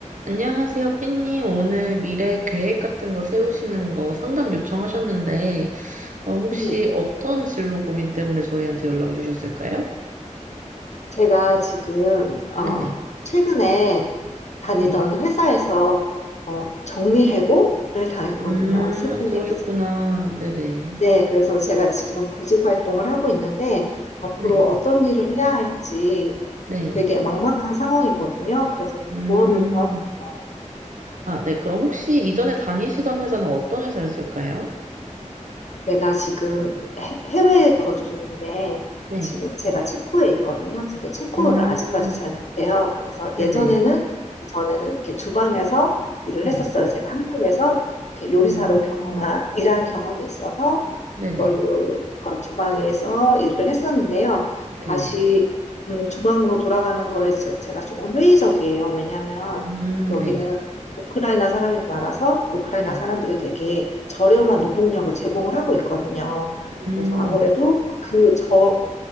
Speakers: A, on the right; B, on the left.
A: 안녕하세요, 삐님. 오늘 미래 계획 같은 거 세우시는 거 상담 요청하셨는데, 어, 혹시
B: 네,
A: 어떤 진로 고민 때문에 저희한테 연락을 주셨을까요?
B: 제가 지금 어,
A: 네네,
B: 최근에 그- 다니던
A: 네.
B: 회사에서 어, 정리해고를 당했거든요.
A: 음,
B: 슬픈
A: 그러셨구나.
B: 얘기죠.
A: 네네,
B: 네, 그래서 제가 지금 구직 활동을 하고 있는데 앞으로
A: 네,
B: 어떤 일을 해야 할지
A: 네.
B: 되게 막막한 상황이거든요. 그래서 좀
A: 음,
B: 조언을 구하고 싶어요.
A: 아, 네. 그럼 혹시 이전에 다니시던 회사는 어떤 회사였을까요?
B: 제가 지금 해- 해외에 거주 중인데
A: 네.
B: 지금 제가 체코에 있거든요. 근데 체코어를
A: 음,
B: 아직까지 잘 못해요. 그래서
A: 네네,
B: 예전에는 그 전에는 이렇게 주방에서 일을
A: 네.
B: 했었어요. 제가 한국에서 이렇게 요리사로
A: 음,
B: 경험한 일한 경험이 있어서
A: 네네,
B: 그걸로 어, 주방에서 일을 했었는데요.
A: 네네.
B: 다시 음, 주방으로 돌아가는 거에 제, 제가 조금 회의적이에요. 왜냐하면
A: 음,
B: 여기는
A: 네,
B: 우크라이나 사람이 많아서 우크라이나
A: 네.
B: 사람들이 되게 저렴한 노동력을 제공을 하고 있거든요.
A: 음,
B: 그래서 아무래도 그 저